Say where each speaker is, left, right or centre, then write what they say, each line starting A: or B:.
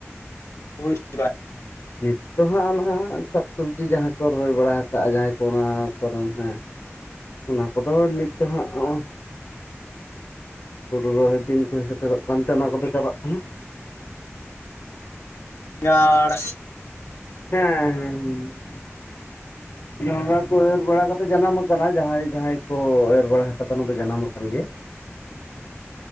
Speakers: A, on the left; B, on the left.
A: ᱦᱩᱭ <inaudible>
B: ᱱᱤᱛ ᱫᱚ ᱦᱟᱸᱜ ᱚᱱᱟ ᱥᱟᱠᱥᱚᱵᱽᱡᱤ ᱡᱟᱦᱟᱸᱭ ᱠᱚ ᱨᱚᱦᱚᱭ ᱵᱟᱲᱟ ᱟᱠᱟᱜ ᱡᱟᱦᱟᱸᱭ ᱠᱚ ᱚᱱᱟ ᱠᱚᱨᱮᱱ ᱦᱟᱸᱜ᱾ ᱚᱱᱟ ᱠᱚᱫᱚ ᱱᱤᱛ ᱫᱚ ᱦᱟᱸᱜ ᱦᱚᱸᱜ-ᱚ ᱦᱩᱲᱩ ᱨᱚᱦᱚᱭ, ᱫᱤᱱ ᱠᱚ ᱥᱮᱴᱮᱨᱚᱜ ᱠᱟᱱᱛᱮ ᱚᱱᱟ ᱠᱚᱫᱚ ᱪᱟᱵᱟᱜ ᱠᱟᱱᱟ,
A: ᱜᱟᱲ
B: ᱦᱮᱸ ᱦᱮᱸ ᱦᱮᱸ ᱡᱚᱸᱰᱨᱟ ᱠᱚ ᱮᱨ ᱵᱟᱲᱟ ᱠᱟᱛᱮᱫ ᱡᱟᱱᱟᱢ ᱟᱠᱟᱱᱟ ᱡᱟᱦᱟᱸᱭ ᱡᱟᱦᱟᱸᱭ ᱠᱚ ᱮᱨ ᱵᱟᱲᱟ ᱠᱟᱫᱟ ᱚᱱᱟ ᱫᱚ ᱡᱟᱱᱟᱢ ᱟᱠᱟᱱ ᱜᱮᱭᱟ᱾